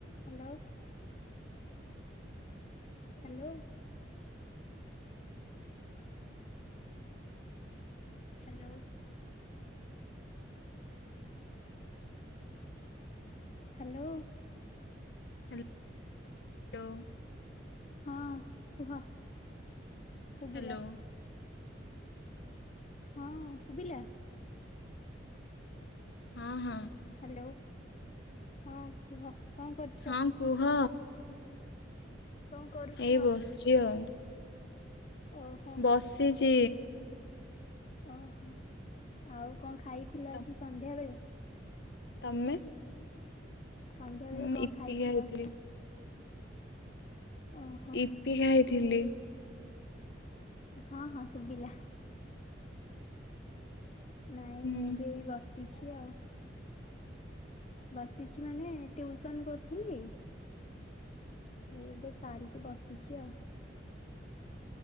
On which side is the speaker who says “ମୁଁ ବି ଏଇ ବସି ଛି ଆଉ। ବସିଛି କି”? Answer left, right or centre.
Left